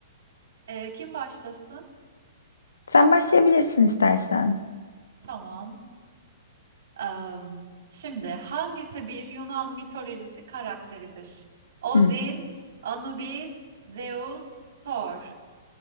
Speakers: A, on the right; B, on the left.
A: E, kim başlasın?
B: <laughs> Sen başlayabilirsin istersen.
A: Tamam. Am, şimdi hangisi bir Yunan mitolojisi karakteridir? Odin,
B: Hı.
A: Anubis, Zeus, Thor.